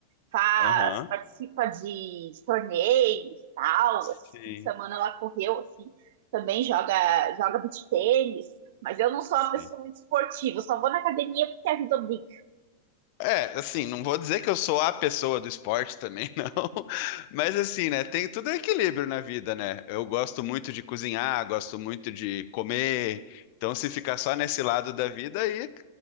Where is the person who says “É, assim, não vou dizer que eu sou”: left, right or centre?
Left